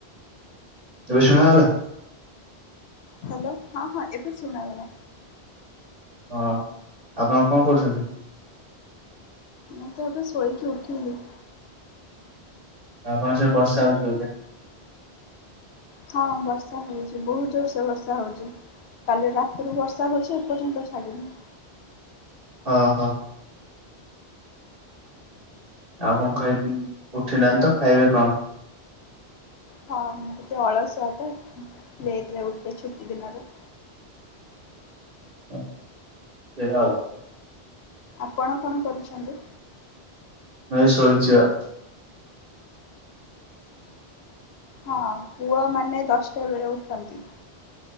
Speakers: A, on the right; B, on the left.
A: ଏବେ ଶୁଣାଗଲା?
B: ହ୍ୟାଲୋ। ହଁ ହଁ, ଏବେ ଶୁଣା ଗଲା।
A: ହଁ। ଆପଣ କଣ କରୁଛନ୍ତି?
B: ମୁଁ ତ ଏବେ ଶୋଇକି ଉଠିଲି।
A: ଆପଣଙ୍କ ସିଆଡ଼େ ବର୍ଷା ହଉଛି ବୋଧେ?
B: ହଁ ବର୍ଷା ହଉଛି, ବହୁତ ଜୋରସେ ବର୍ଷା ହଉଛି। କାଲି ରାତିରୁୁ ବର୍ଷା ହଉଛି ଏପର୍ଯ୍ୟନ୍ତ ଛାଡ଼ିନି।
A: ହଁ ହଁ। ଆଉ କଣ ଖାଇପିଇ, ଉଠି ନାହାଁନ୍ତି ତ ଖାଇବେ କଣ?
B: ହଁ ମୁଁ ଟିକେ ଅଳସୁୁଆ ତ, ଲେଟରେ ଉଠେ ଛୁଟି ଦିନରେ।
A: ହୁଁ ସେଇରା ଆଉ।
B: ଆପଣ କଣ କରୁଛନ୍ତି?
A: ମୁଁ ଏଇ ଶୋଇଚି ବା।
B: ହଁ ପୁଅମାନେ ଦଶଟା ବେଳେ ଉଠନ୍ତି।